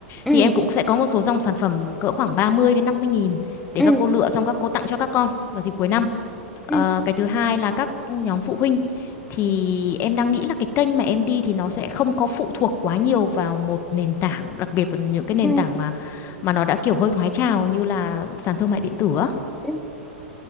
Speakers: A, in the centre; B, on the left.
A: ừ,
B: thì em cũng sẽ có một số dòng sản phẩm cỡ khoảng 30 đến năm mươi nghìn để
A: ừ,
B: các cô lựa xong các cô tặng cho các con vào dịp cuối năm Ờ,
A: ừ, ừ,
B: cái thứ hai là các nhóm phụ huynh thì em đang nghĩ là cái kênh mà em đi thì nó sẽ không có phụ thuộc quá nhiều vào một nền tảng đặc biệt là những cái nền
A: ừ,
B: tảng mà mà nó đã kiểu hơi thoái trào như là sàn thương mại điện tử á
A: ừ.